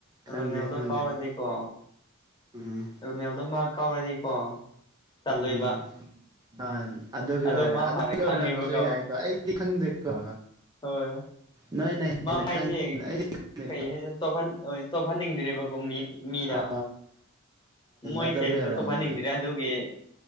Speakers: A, on the left; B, on the right.
A: ꯑꯣ
B: ꯈꯪꯗꯦ
A: ꯅꯦꯜꯗꯣ
B: ꯈꯪꯗꯦ
A: ꯀꯥꯎꯔꯗꯤꯀꯣ
B: ꯎꯝ
A: ꯑꯗꯨ ꯃꯌꯥꯝꯗꯣ ꯃꯥ ꯀꯥꯎꯔꯗꯤꯀꯣ ꯆꯜꯂꯣꯏꯕ
B: ꯎꯝ ꯑ ꯑꯗꯨꯒꯤ
A: ꯑꯗꯣ
B: ꯑꯣꯏꯔꯦ
A: ꯃꯥ
B: ꯑꯗꯨꯒꯤ
A: ꯍꯥꯟꯅ ꯈꯪꯉꯦꯕꯀꯣ
B: ꯑꯣꯏꯔꯝꯕꯁꯨ ꯌꯥꯏꯀꯣ ꯑꯩꯗꯤ ꯈꯪꯗꯦꯀꯣ
A: ꯍꯣꯏ
B: ꯅꯣꯏꯅ
A: ꯃ
B: ꯍꯦꯟꯅ
A: ꯃꯥꯏꯁꯦ
B: ꯈꯪꯉꯤꯅ ꯑꯩꯗꯤ
A: ꯀꯩ ꯆꯣꯍꯟꯅꯤꯡꯗ꯭꯭ꯔꯦꯕꯀꯣ ꯃꯤ ꯃꯤꯗ
B: ꯑꯣ
A: ꯃꯣꯏ
B: ꯑꯗꯨꯒꯤ
A: ꯐꯦꯗꯁꯨꯣ
B: ꯑꯣꯏꯔꯝꯅꯦ
A: ꯐꯅꯤꯗ ꯑꯗꯨꯒꯤ